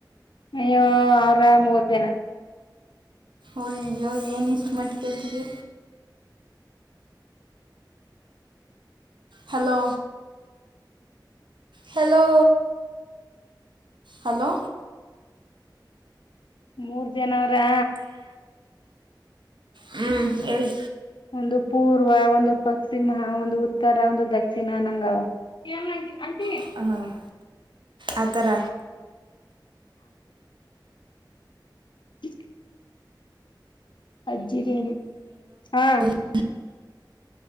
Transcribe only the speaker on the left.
ಅಯ್ಯೋ ಅವ್ರ ಮೂರ ಜನಾ
ಮೂರ್ ಜನವ್ರಾ
ಒಂದು ಪೂರ್ವ, ಒಂದು ಪಶ್ಚಿಮ, ಒಂದು ಉತ್ತರ, ಒಂದು ದಕ್ಷಿಣ, ಅನಂಗಾವ. ಹೇಮಾ ಆಂಟಿ, ಆಂಟಿ
<inaudible> ಅಜ್ಜಿರ್ ಹಾ